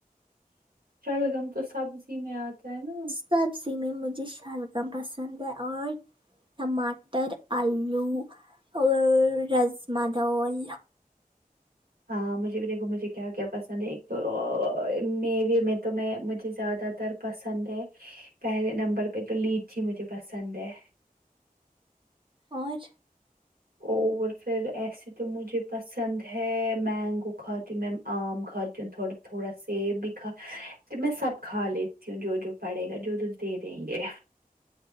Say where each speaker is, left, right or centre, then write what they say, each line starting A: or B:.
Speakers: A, on the right (about 85°); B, on the right (about 35°).
A: شلگم تو سبزی میں آتا ہے نا
B: سبزی میں مجھے شلگم پسند ہے اور ٹماٹر آلو اور رجما دال
A: ہاں مجھے بھی دیکھو مجھے کیا کیا پسند ہے ایک تو میوے میں تو میں مجھے زیادہ تر پسند ہے پہلے نمبر پہ تو لیچی مجھے پسند ہے
B: اور
A: اور پھر ایسے تو مجھے پسند ہے مینگو کھاتی میں آم کھاتی ہوں تھڑا تھوڑا سیب بھی کھا تو میں سب کھا لیتی ہوں جو جو پڑے گا جو جو دے دیں گے